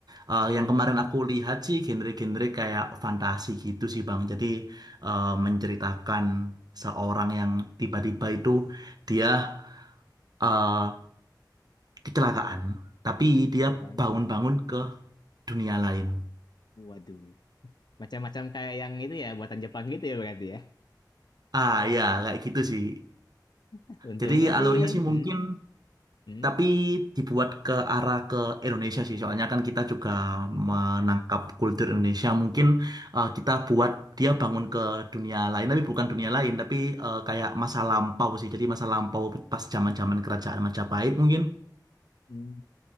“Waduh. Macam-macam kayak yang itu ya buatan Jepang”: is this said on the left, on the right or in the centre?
Left